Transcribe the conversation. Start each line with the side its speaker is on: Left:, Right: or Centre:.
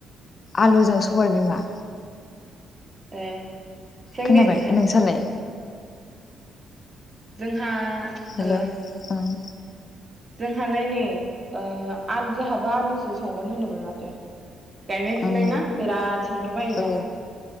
Left: आलुजों सबायबिमा।
Right: ए। सों
Left: खोनाबाय
Right: दे नोंथां
Left: नोंसालाय?
Right: जोंहा
Left: हेलौ
Right: ओ
Left: ओं।
Right: जोंहालाय नै ओ आ जोंहाबो आलुसो संगोन होनदोंमोन माथो। गायनाय
Left: ओं
Right: फुनाय ना बिराद संनो बायो
Left: औ
Right: दाना